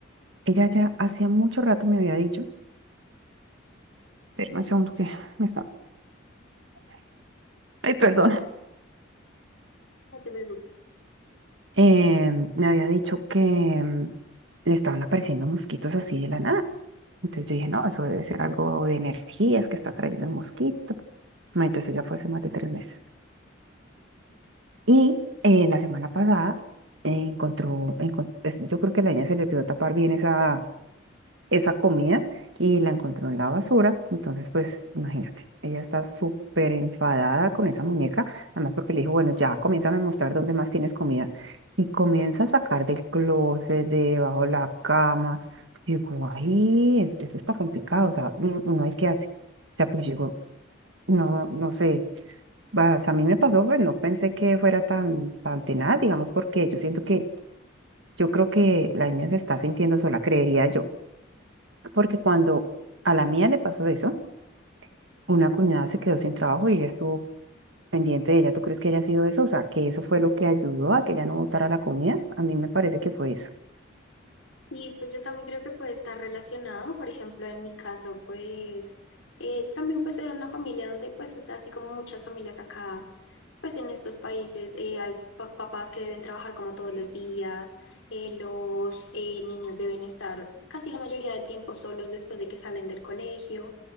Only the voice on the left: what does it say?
No te preocupes.
Y pues yo también creo que puede estar relacionado, por ejemplo, en mi caso, pues eh, también pues era una familia donde pues, o sea, así como muchas familias acá, pues en estos países eh, hay pa- papás que deben trabajar como todos los días, eh, los eh, niños deben estar casi la mayoría del tiempo solos después de que salen del colegio